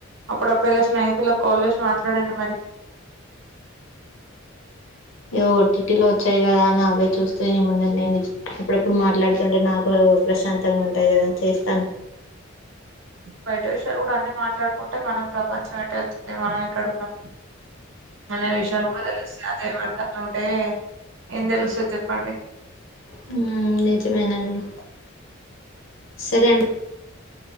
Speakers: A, on the right (about 70°); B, on the left (about 75°).
A: అప్పుడప్పుడు ఇలా స్నేహితుల కాల్ చేసి మాట్లాడండి మరి
B: ఏ ఓ టిటిలో ఒచ్చాయ్ గదా అని అవే చూస్తే ఏం ఉండలేండి అప్పుడప్పుడు మాట్లాడుతుంటే నాకూ అదో ప్రశాంతంగ ఉంటయ్ గదా చేస్తాన్
A: బయట విషయాలు గూడా అన్ని మాట్లాడుకుంటే మనం ప్రపంచం ఎట్ ఎళ్తుంది మనం ఎక్కడున్నం అనే విషయాలు గూడ తెలుస్తా అదే వర్గాలో ఉంటే ఏం దెలుస్తద్ జెప్పండి
B: హూ నిజమేనాండి సరే అండి